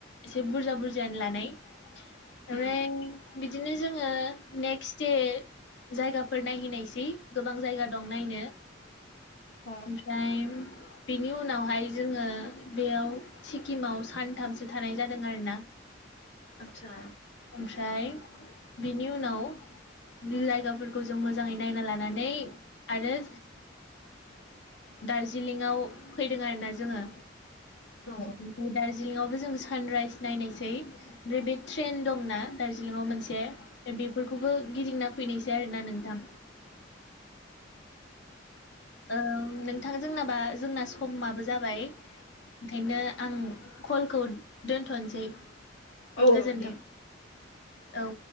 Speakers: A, on the left; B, on the left.
A: एसे बुरजा बुरजायानो लानाय ओमफ्राय
B: उम
A: बिदिनो जोंङो नेक्स्ट दे जायगाफोर नायहैनायसै गोबां जायगा दं नायनो
B: अ
A: <unintelligible> बेनि उनावहाय जोंङो बेयाव सिक्किमाव सानथामसो थानाय जादों आरोना <inaudible>
B: आतसा
A: ओमफ्राय बेनि उनाव लाइग फोर जों मोजांङै नायना लानानै आरो दार्जिलिंआव फैदों आरोना जोंङो
B: औ
A: ओमफ्राय दार्जिलिंवबो जों सानराइज नायनोसै ओमफ्राय बे ट्रेन दंना दार्जिलिंआव मोनसे बेफोरखौबो गिदिंना फैनायसै ना नोंथां ओ नोंथांङा जोंनाबा जोंना समाबो जाबाय ओंखायनो आं कलखौ दोनथ'नोसै
B: औ
A: गोजोन्थों
B: औ दे
A: औ